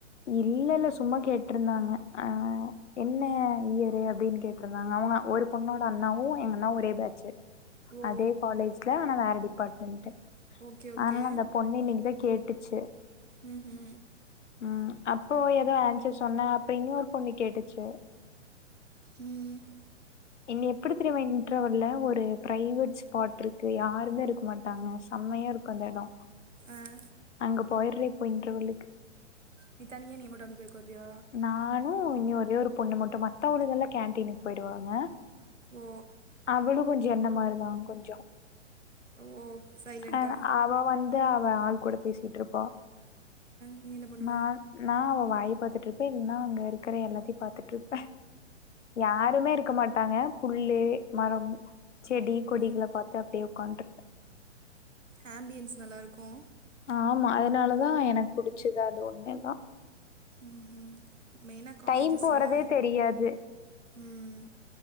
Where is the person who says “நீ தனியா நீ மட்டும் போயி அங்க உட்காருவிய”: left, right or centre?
Right